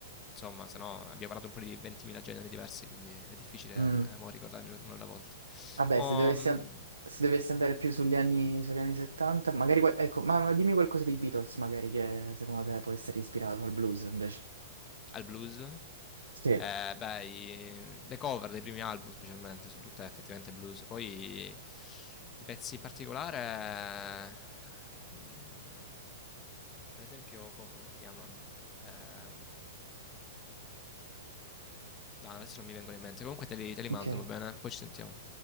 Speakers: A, on the left; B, on the right.
A: Insomma, se no abbiamo parlato un po' di 20.000 generi diversi, quindi è difficile
B: Mm,
A: eh, mo ricordarmi uno alla volta.
B: Vabbè,
A: Mo,
B: se dovessi,
A: mm,
B: an- se dovessi andare più sugli anni, sugli anni 70, magari, qual- ecco, ma ma dimmi qualcosa dei Beatles, magari, che secondo te può essere ispirato al blues invece.
A: al blues,
B: Sì,
A: eh, beh, i- le cover dei primi album specialmente sono tutte effettivamente blues. Poi i pezzi in particolare, eh, mm, per esempio, cosa, come si chiama? Ehm, No, adesso non mi vengono in mente. Comunque te li, te li mando,
B: ok.
A: va bene? Poi ci sentiamo.